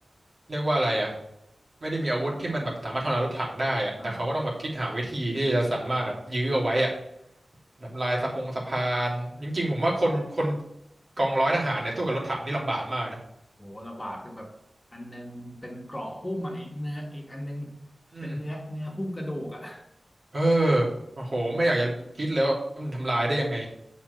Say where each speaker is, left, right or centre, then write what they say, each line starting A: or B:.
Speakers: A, on the right; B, on the left.
A: เรียกว่าอะไรอ่ะไม่ได้มีอาวุธที่มันแบบสามารถทำลายรถถังได้อ่ะแต่เขาก็ต้องแบบคิดหาวิธีที่จะสามารถแบบยื้อเอาไว้อ่ะ
B: อ่า
A: ทำลายสะพงสะพานจริงๆผมว่าคนคนกองร้อยทหารเนี่ยสู้กับรถถังนี่ลำบากมากนะ
B: โหระบาดคือแบบอันนึงเป็นเกราะหุ้มอ่ะอีกเนื้ออีกอันนึง
A: อืม
B: เป็นเนื้อเนื้อหุ้มกระดูกอ่ะ
A: เออโอ้โหไม่อยากจะคิดเลยว่ามันทำลายได้ยังไง